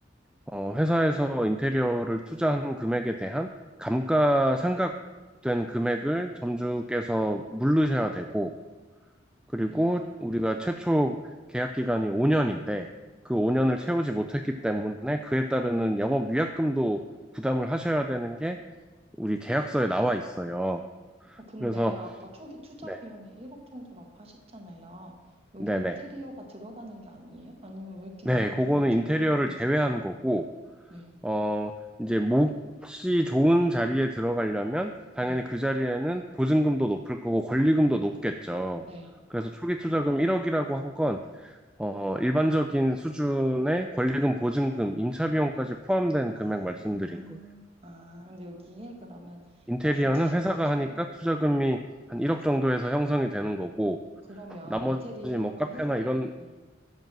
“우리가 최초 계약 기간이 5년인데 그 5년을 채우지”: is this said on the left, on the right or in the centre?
Centre